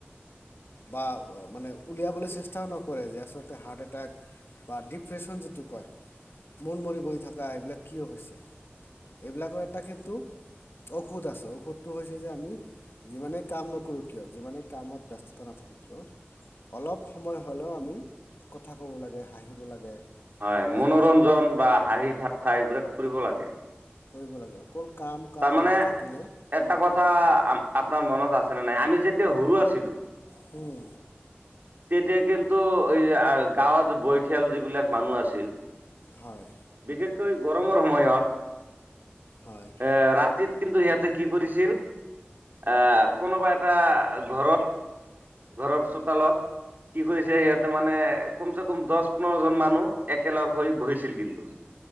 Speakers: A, on the left; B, on the right.
A: বা মানে উলিয়াবলৈ চেষ্টাও নকৰে, যে আচলতে হাৰ্ট আতেক বা ডিপ্ৰেশ্যন যিটো কয়, মন মৰি বহ থকা এইবিলাক কিয় হৈছে? এইবিলাকৰ এটা কিন্তু ঔষধ আছে, ঔষধটো হৈছে যে আমি যিমানে কাম নকৰোঁ কিয়, যিমানে কামত ব্যস্ততা নাথাকো কিয় অলপ সময় হ'লেও আমি কথা ক'ব লাগে, হাঁহিব লাগে,
B: হয়,
A: অলপ
B: মনোৰঞ্জন বা হাঁহি ঠাট্টা, এইবিলাক কৰিব লাগে।
A: কৰিব লাগে অকল কাম কাম
B: তাৰমানে,
A: লৈ থাকিলে
B: এটা
A: হয়
B: কথা আপ-আপোনাৰ মনত আছে নে নাই আমি যেতিয়া সৰু আছিলো
A: হম
B: তেতিয়া কিন্তু এই গাঁৱৰ বয়সীয়াল যিবিলাক মানুহ আছিল,
A: হয়
B: বিশেষকৈ গৰমৰ সময়ত
A: হয়।
B: এ ৰাতিত কিন্তূ ইয়াতে কি কৰিছিল এ কোনোবা এটা ঘৰত ঘৰৰ চোতালত কি কৰিছে ইয়াতে মানে কম চে কম দহ পোন্ধৰ জন মানুহ একেলগ হৈ বহিছিল কিন্তু